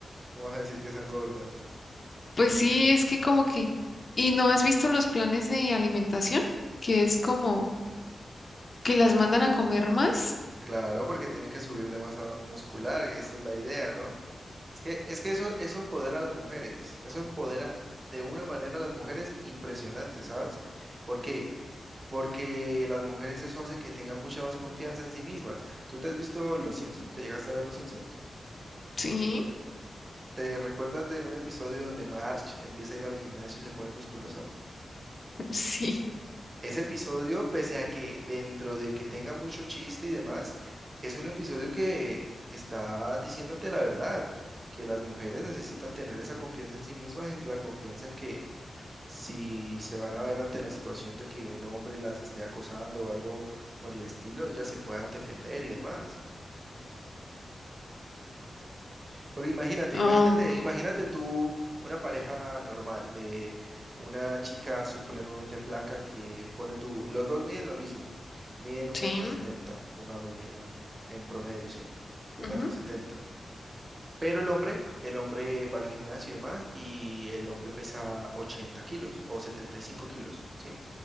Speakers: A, on the right; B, on the left.
A: ¿Cómo vas a decir que están gordas?
B: pues sí, es que como que, ¿y no has visto los planes de alimentación? Que es como que las mandan a comer más.
A: Claro, porque tienen que subir de masa muscular, esa es la idea, ¿no? Es que, es que eso, eso empodera a las mujeres, eso empodera de una manera a las mujeres impresionante, ¿sabes? ¿Por qué? Porque las mujeres eso hace que tengan mucha más confianza en sí mismas. ¿Tú te has visto Los Simpsons? ¿Te llegaste a ver Los Simpsons?
B: Sí,
A: ¿Te recuerdas de un episodio donde Marge empieza a ir al gimnasio y se pone musculosa?
B: <laughs> sí,
A: Ese episodio, pese a que dentro de que tenga mucho chiste y demás, es un episodio que está diciéndote la verdad, que las mujeres necesitan tener esa confianza en sí mismas, y la confianza en que Si se van a ver ante la situación de que un hombre las esté acosando o algo por el estilo, ellas se puedan defender y demás. Porque imagínate,
B: um,
A: imagínate, imagínate tú una pareja normal de una chica supremamente flaca que pone tú, los dos miden lo mismo, miden un
B: sí,
A: metro setenta, pongámosle un, en promedio, ¿sí? Un
B: ujú,
A: metro setenta. Pero el hombre, el hombre va al gimnasio y demás, y el hombre pesa 80 kilos o 75 kilos, ¿sí?